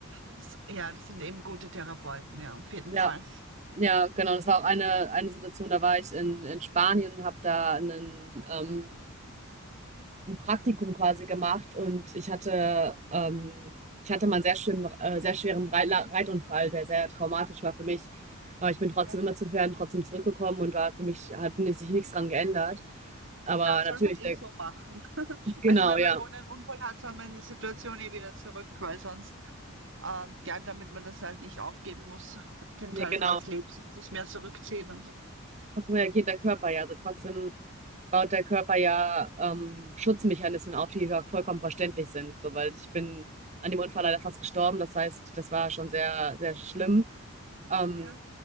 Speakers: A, on the right; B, on the right.
A: das, ja, das sind eben gute Therapeuten, ja, auf jeden
B: Ja,
A: Fall.
B: ja, genau. Das war auch eine, eine Situation, da war ich in, in Spanien und habe da einen ähm, ein Praktikum quasi gemacht und ich hatte, ähm, ich hatte mal einen sehr schlimmen, äh, sehr schweren Rei- La- Reitunfall, der sehr traumatisch war für mich. Aber ich bin trotzdem
A: Ja,
B: immer zu Pferden trotzdem zurückgekommen und war für mich, hat mir sich nichts dran geändert. Aber
A: ja, soll
B: natürlich,
A: man eh
B: der,
A: so machen.
B: genau,
A: Also wenn
B: ja.
A: man wohl einen Unfall hat, soll man in die Situation eh wieder zurück, weil sonst, ähm, ja, damit man das halt nicht aufgeben muss, den
B: Nee,
A: Teil
B: genau.
A: seines Lebens, sich mehr zurückziehen und so.
B: Trotzdem reagiert der Körper ja. Also trotzdem baut der Körper ja ähm, Schutzmechanismen auf, die ja vollkommen verständlich sind. So, weil ich bin an dem Unfall leider fast gestorben. Das heißt, das war schon sehr, sehr schlimm. Ähm,
A: Ja.